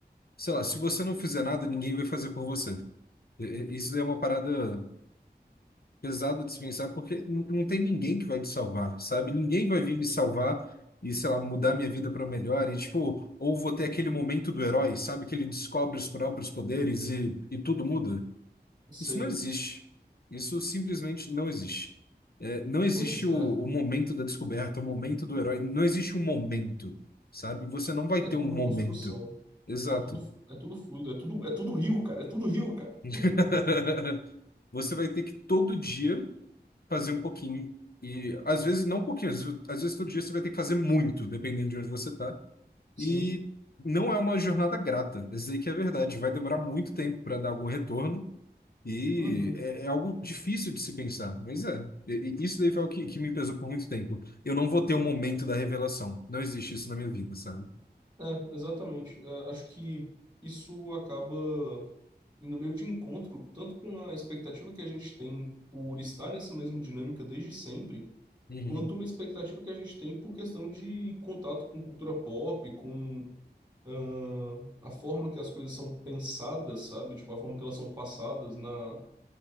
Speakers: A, on the left (about 60°); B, on the right (about 25°).
A: sei lá, se você não fizer nada, ninguém vai fazer por você. E- e- Isso daí é uma parada pesado dispensar, porque n- não tem ninguém que vai te salvar, sabe? Ninguém vai vir me salvar e, sei lá, mudar minha vida para melhor. E, tipo, ou vou ter aquele momento do herói, sabe? Que ele descobre os próprios poderes e, e tudo muda.
B: Sei.
A: Isso não existe. Isso simplesmente não existe. É, não existe
B: Pois
A: o,
B: é,
A: o momento da descoberta, o momento do herói. Não existe um momento, sabe? Você não vai
B: é
A: ter
B: tudo
A: um momento.
B: construção,
A: Exato.
B: é tudo, é tudo fluido, é tudo, é tudo rio, cara, é tudo rio, cara.
A: <laughs> Você vai ter que todo dia. fazer um pouquinho. E às vezes não um pouquinho, às vezes, às vezes todo dia você vai ter que fazer muito, dependendo de onde você está. E
B: Sim,
A: não é uma jornada grata. Isso aí que é verdade. Vai demorar muito tempo para dar algum retorno. E
B: uhum.
A: é, é algo difícil de se pensar. Mas é. E- e isso daí foi o que, que me pesou por muito tempo. Eu não vou ter o momento da revelação. Não existe isso na minha vida, sabe?
B: É, exatamente. É, acho que isso acaba indo meio de encontro, tanto com a expectativa que a gente tem por estar nessa mesma dinâmica desde sempre,
A: Uhum.
B: quanto uma expectativa que a gente tem por questão de contato com cultura pop, com ah, a forma que as coisas são pensadas, sabe? Tipo, a forma que elas são passadas na,